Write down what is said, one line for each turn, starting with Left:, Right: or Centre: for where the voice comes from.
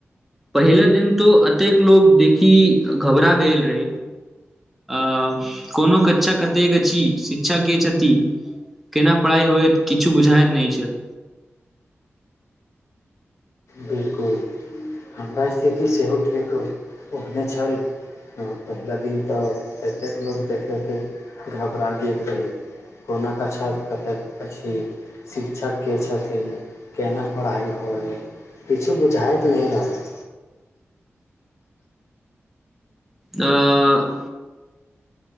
Centre: पहिले दिन तो एतेक लोक देखी घबरा गेल रही अ कोनो कक्षा कतेक अछि शिक्षा के छथि केना पढ़ाई होयत किछु बुझाइत नहि छल
Left: बिल्कुल हमरा स्थिति सेहो ठीक ओहने छल हँ पहिलाे दिन तऽ एतेक लोक देखैके घबरा गेल रही कोना कक्षा क कतेक अछी शिक्षक के छथिन केना पढ़ाइ होइ किछो बुझाइत नहि रहल <inaudible>
Centre: आ